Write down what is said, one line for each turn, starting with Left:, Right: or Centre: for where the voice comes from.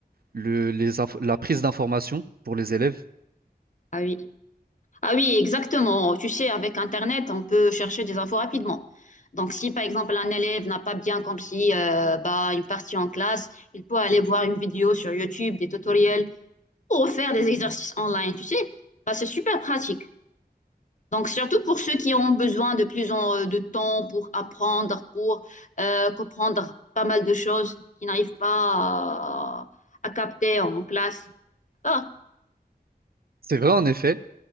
Right: le- les inf- la prise d'informations pour les élèves.
Left: Ah oui. Ah oui, exactement. Tu sais, avec Internet, on peut chercher des infos rapidement. Donc, si par exemple un élève n'a pas bien compris euh, bah, une partie en classe, il peut aller voir une vidéo sur YouTube, des tutoriels ou faire des exercices online. Tu sais, bah, c'est super pratique. Donc, surtout pour ceux qui ont besoin de plus en, euh, de temps pour apprendre, pour euh, comprendre pas mal de choses qu'ils n'arrivent pas à, à capter en classe. Ah,
Right: C'est vrai, en effet.